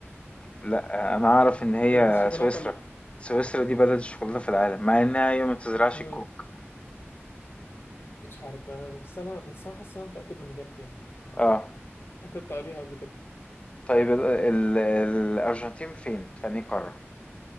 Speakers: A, on the left (about 25°); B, on the left (about 55°).
A: لا انا اعرف ان هي
B: دي الشوكولاتة
A: سويسرا سويسرا دي بلد الشوكولاتة في العالم مع انها هي ما بتزرعش
B: انا
A: الكوك
B: مش عارف بقى بس انا بس انا حاسس ان انا متاكد من اجابتي يعني
A: اه
B: <laughs> انا كنت قاريها قبل كده
A: طيب ال ال الارجنتين فين في أنهي قارة